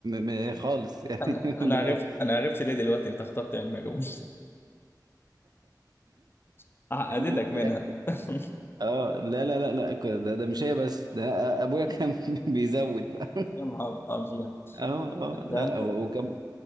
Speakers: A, on the right; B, on the left.
A: م م خالص يعني
B: أنا
A: <laughs>
B: أنا عرفت أنا عرفت ليه دلوقتي أنت اخترت علم علوم <laughs> عقدتك
A: ب-
B: منها <laughs>
A: اه لا لا لا لا ك- ده ده مش هي بس ده ابويا كان <laughs> بيزود بقى
B: يا نهار أبيض
A: اه اه
B: أنت
A: لا
B: عندي
A: و- وكان